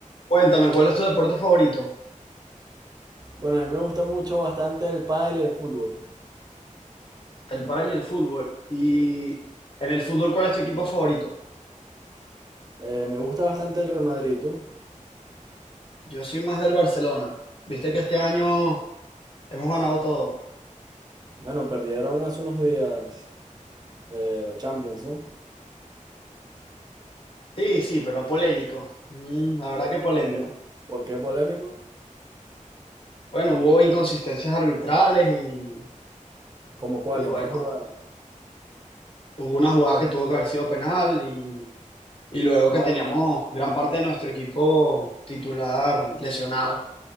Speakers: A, on the left; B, on the right.
A: Cuéntame, ¿cuál es tu deporte favorito?
B: Bueno, a mí me gusta mucho bastante el pádel y el fútbol.
A: El pádel y el fútbol. Y en el fútbol, ¿cuál es tu equipo favorito?
B: Eh, me gusta bastante el Real Madrid, ¿tú?
A: Yo soy más del Barcelona. Viste que este año hemos ganado todo.
B: Bueno, perdieron hace unos días eh, la Champions, ¿no?
A: Sí, sí, pero polémico. Mm, la verdad
B: ¿Por,
A: que polémico.
B: por qué? ¿Por qué polémico?
A: Bueno, hubo inconsistencias arbitrales y,
B: ¿Cómo cuál?
A: y bueno,
B: ¿En qué jugada?
A: hubo una jugada que tuvo que haber sido penal y, y luego
B: ¿Cuál?
A: que teníamos gran parte de nuestro equipo titular lesionado.